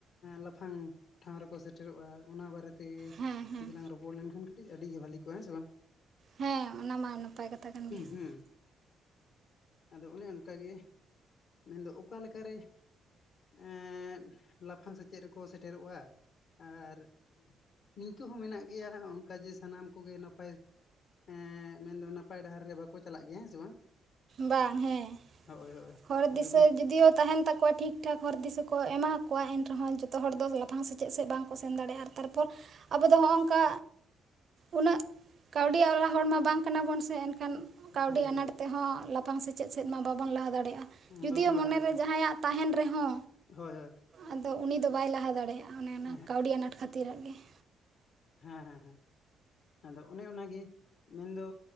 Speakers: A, on the left; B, on the right.
A: ᱞᱟᱯᱷᱟᱝ ᱴᱷᱟᱶ ᱨᱮᱠᱚ ᱥᱮᱴᱮᱨᱚᱜᱼᱟ, ᱚᱱᱟ ᱵᱟᱨᱮ ᱛᱮᱜᱮ
B: ᱦᱮᱸ ᱦᱮᱸ
A: ᱡᱩᱫᱤ ᱞᱟᱝ ᱨᱚᱯᱚᱲ ᱞᱮᱱᱠᱷᱟᱱ ᱠᱟᱹᱴᱤᱡ ᱟᱹᱰᱤ ᱜᱮ ᱵᱷᱟᱹᱞᱤ ᱠᱚᱜᱼᱟ, ᱦᱮᱸ ᱥᱮ ᱵᱟᱝ
B: ᱦᱮᱸ ᱚᱱᱟ ᱢᱟ ᱱᱟᱯᱟᱭ ᱠᱟᱛᱷᱟ ᱠᱟᱱ ᱜᱮᱭᱟ ᱾
A: ᱦᱩᱸ ᱟᱫᱚ ᱚᱱᱮ ᱚᱱᱠᱟᱜᱮ ᱢᱮᱱᱫᱚ ᱚᱠᱟ ᱞᱮᱠᱟᱨᱮ ᱮᱸᱫ ᱞᱟᱯᱷᱟᱝ ᱥᱮᱪᱮᱫ ᱨᱮᱠᱚ ᱥᱮᱴᱮᱨᱚᱜᱼᱟ ᱾ ᱟᱨ ᱱᱤᱝᱠᱟᱹ ᱦᱚᱸ ᱢᱮᱱᱟᱜ ᱜᱮᱭᱟ, ᱚᱱᱠᱟ ᱡᱮ ᱥᱟᱱᱟᱢ ᱠᱚᱜᱮ ᱱᱟᱯᱟᱭ ᱮᱸ ᱢᱮᱱᱫᱚ ᱱᱟᱯᱟᱭ ᱰᱟᱦᱟᱨ ᱨᱮ ᱵᱟᱠᱚ ᱪᱟᱞᱟᱜ ᱜᱮᱭᱟ ᱦᱮᱸ ᱥᱮ ᱵᱟᱝ ᱾
B: ᱵᱟᱝ ᱦᱮᱸ
A: ᱦᱳᱭ ᱦᱳᱭ
B: ᱦᱚᱨ
A: ᱟᱫᱚ
B: ᱫᱤᱥᱟᱹ
A: ᱚᱱᱮ
B: ᱡᱩᱫᱤᱭᱳ ᱛᱟᱦᱮᱱ ᱛᱟᱠᱚᱣᱟ ᱴᱷᱤᱠ ᱴᱷᱟᱠ ᱦᱚᱨ ᱫᱤᱥᱟᱹ ᱠᱚ ᱮᱢᱟ ᱠᱚᱣᱟ <unintelligible> ᱨᱮᱦᱚᱸ ᱡᱚᱛᱚ ᱦᱚᱲ ᱫᱚ ᱞᱟᱯᱷᱟᱝ ᱥᱮᱪᱮᱫ ᱥᱮᱫ ᱵᱟᱝᱠᱚ ᱥᱮᱱ ᱫᱟᱲᱮᱜᱼᱟ, ᱟᱨ ᱛᱟᱨᱯᱚᱨ ᱟᱵᱚ ᱫᱚ ᱦᱚᱜᱼᱚᱝᱠᱟ, ᱩᱱᱟᱹᱜ ᱠᱟᱹᱣᱰᱤ ᱟᱱ ᱦᱚᱲᱢᱟ ᱵᱟᱝ ᱠᱟᱱᱟ ᱵᱚᱱ ᱥᱮ ᱮᱱᱠᱷᱟᱱ, ᱠᱟᱹᱣᱰᱤ
A: ᱦᱳᱭ ᱦᱳᱭ
B: ᱟᱱᱟᱴ ᱛᱮᱸᱦᱚ ᱞᱟᱯᱷᱟᱝ ᱥᱮᱪᱮᱫ ᱥᱮᱫ ᱢᱟ ᱵᱟᱵᱚᱱ ᱞᱟᱦᱟ ᱫᱟᱲᱮᱭᱟᱜ-ᱟ᱾ ᱡᱩᱫᱤᱭᱳ
A: ᱵᱟᱵᱚᱱ ᱞᱟᱦᱟ
B: ᱢᱚᱱᱮᱨᱮ
A: ᱫᱟᱲᱮᱭᱟᱜᱼᱟ
B: ᱡᱟᱸᱦᱟᱭᱟᱜ, ᱛᱟᱸᱦᱮᱱ ᱨᱮᱸᱦᱚ,
A: ᱦᱳᱭ ᱦᱳᱭ,
B: ᱟᱫᱚ ᱩᱱᱤ ᱫᱚ ᱵᱟᱭ ᱞᱟᱦᱟ ᱫᱟᱲᱮᱭᱟᱜᱼᱟ, ᱚᱱᱮ ᱚᱱᱟ
A: ᱦᱮᱸ
B: ᱠᱟᱹᱣᱰᱤ ᱟᱱᱟᱴ ᱠᱷᱟᱹᱛᱤᱨᱟᱜ ᱜᱮ ᱾
A: ᱦᱮᱸ ᱦᱮᱸ ᱦᱮᱸ, ᱟᱫᱚ ᱚᱱᱮ ᱚᱱᱟᱜᱮ ᱢᱮᱱᱫᱚ,